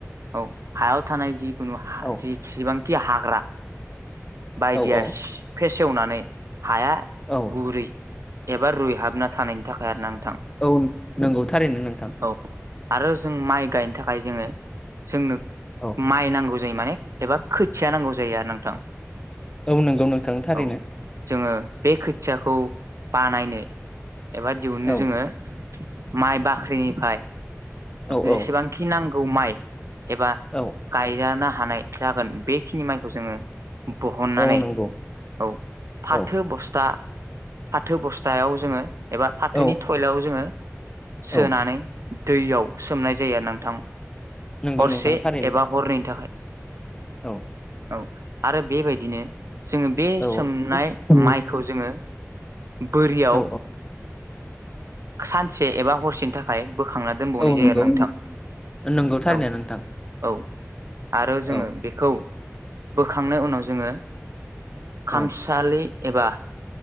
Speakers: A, on the right (about 65°); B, on the left (about 15°).
A: औ हायाव थानाय जिखुनु
B: औ
A: जि सिबांखि हाग्रा बायदिया
B: औ औ
A: फेसेवनानै हाया
B: औ
A: गुरै एबा रुइहाबना थानायनि थाखाय आरो नोंथां।
B: औ नंगौ थारैनो नोंथां।
A: औ आरो जों माइ गायनो थाखाय जोंनो
B: औ
A: माइ नांगौ जायो माने एबा खोथिया नांगौ जायो आरो नोंथां।
B: औ नंगौ नोंथांनो थारैनो
A: औ जोङो बे खोथियाखौ बानायनो एबा दिहुननो
B: औ
A: जोङो। माइ बाख्रिनिफ्राय
B: औ
A: जेसेबांखि
B: औ
A: नांगौ माइ एबा
B: औ
A: गायजानो हानाय जागोन बेखिनि माइखौ जोङो। बहननानै
B: औ नंगौ
A: औ फाथो
B: औ
A: बस्था फाथो बस्थायाव जोङो। एबा फाथोनि
B: औ
A: थयलायाव जोङो सोनानै
B: औ
A: दैयाव सोमनाय जायो आरो नोंथां
B: नंगौ
A: हरसे
B: नोंथां थारैनो
A: एबा हरनैनि थाखाय
B: औ
A: औ आरो बेबायदिनो जोङो बे
B: औ
A: सोमनाय
B: औ
A: माइखौ जोङो बोरियाव
B: औ
A: सानसे एबा हरसेनि थाखाय बोखांना दोनबावनाय
B: औ
A: जायो
B: नंगौ
A: आरो नोंथां।
B: नंगौ थारैनो
A: औ
B: नोंथां
A: औ आरो जोङो
B: औ
A: बेखौ बोखांनायनि उनाव जोङो
B: औ
A: खामसालि एबा